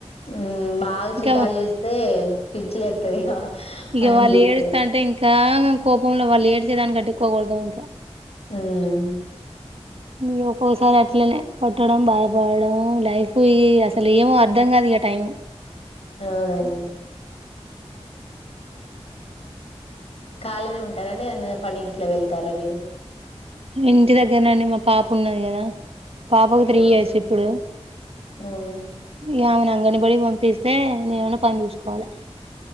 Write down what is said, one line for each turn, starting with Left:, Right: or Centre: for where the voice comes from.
Left: మ్మ్ బాగా
Right: ఇంకా
Left: చికాకు చేస్తే పిచ్చిలేత్తది ఇగ
Right: ఇగా
Left: వాళ్ళని
Right: వాళ్ళు
Left: చూత్తే
Right: ఏడుస్తంటే ఇంకా కోపంలో వాళ్ళు ఏడ్చేదానికంటే ఎక్కువకొడ్తం ఇంకా
Left: ఉమ్
Right: ఇ ఒక్కొక్కసారి అట్లనే కొట్టడం బాధపడడం లైఫ్ ఇ అసలు ఏమో అర్థం కాదు ఇగ టైం
Left: అవునండి ఖాలినే ఉంటారండి ఎదన్న పనికి గిట్లా వెళ్తారా మీరు
Right: ఇంటి దగ్గర్నుండి మా పాప ఉన్నది కదా పాపకు
Left: ఆ
Right: త్రీ ఇయర్స్ ఇప్పుడు
Left: అవునా
Right: ఇగా ఆమెను అంగని బడికి పంపిస్తే నేనేమన్న పని చూసుకోవాలే